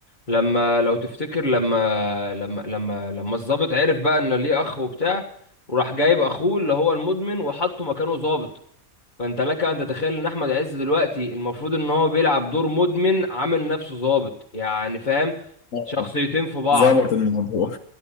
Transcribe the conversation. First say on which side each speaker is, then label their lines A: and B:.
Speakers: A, on the left; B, on the left.
A: لما لو تفتكر لما لما لما لما الضابط عرف بقى ان ليه اخ وبتاع وراح جايب اخوه اللي هو المدمن وحطه مكانه ضابط فانت لك ان تتخيل ان احمد عز دلوقتي المفروض ان هو بيلعب دور مدمن عامل نفسه ضابط يعني فاهم
B: آه.
A: شخصيتين في بعض
B: ظبط الموضوع